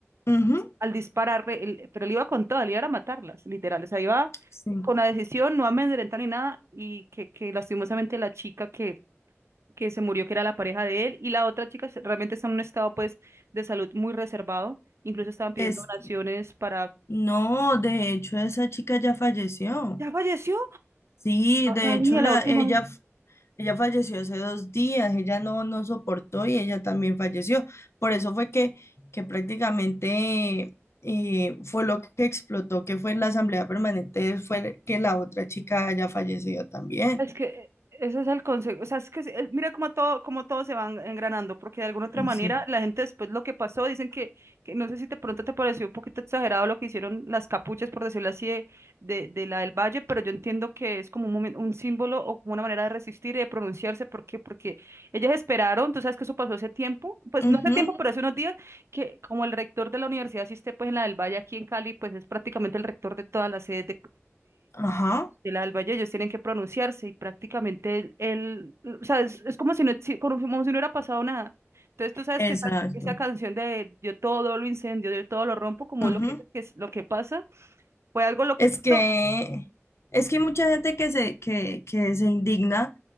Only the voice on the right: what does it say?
al disparar, pero él iba con toda, él iba a matarlas, literal. O sea, iba
con la decisión, no amedrentar ni nada, y que, que lastimosamente la chica que, que se murió, que era la pareja de él, y la otra chica se- realmente está en un estado pues de salud muy reservado. Incluso estaban pidiendo
donaciones para...
¿Ya falleció?
No
sabía
la última.
Es que ese es el consejo, o sea, es que es- es- mira cómo todo, cómo todo se van engranando, porque de alguna otra manera
la gente después lo que pasó, dicen que, que no sé si de pronto te pareció un poquito exagerado lo que hicieron las capuchas, por decirlo así, de, de, de la del Valle, pero yo entiendo que es como un momen- un símbolo o como una manera de resistir y de pronunciarse, ¿por qué? Porque ellas esperaron, tú sabes que eso pasó hace tiempo, pues no
hace tiempo, pero hace unos días, que como el rector de la universidad asiste pues en la del Valle aquí en Cali, pues es prácticamente el rector de todas las sedes
de la del Valle, ellos tienen que pronunciarse y prácticamente él, él- o sea, es, es como si no, exi- como si como si no hubiera pasado nada. Entonces tú sabes
que esa, esa canción de yo todo lo incendio, yo todo lo rompo, como
lo que, que es lo que pasa, fue algo lo que
pasó.